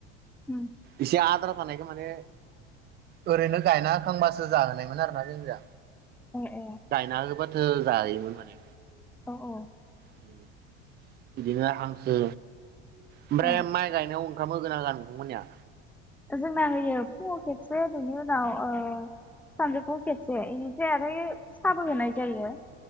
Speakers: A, in the centre; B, on the right.
A: उम,
B: इसे आद्रा थानायखो माने ओरैनो गायना थांबासो जाहोनायमोन आरोना जोंनिजा।
A: ए ए
B: गायना होबा सो जायमोन माने
A: औ औ।
B: <inaudible> बिदिनो हांसो ओमफ्राय
A: ए
B: माइ गायनायाव खाम होगोना होया नोंथांमोननिया?
A: जोंना होयो फुङाव खेबसे बेनि उनाव ओ सानजौफुआव खेबसे इनिफ्राय आरो ए साबो होनाय जायो।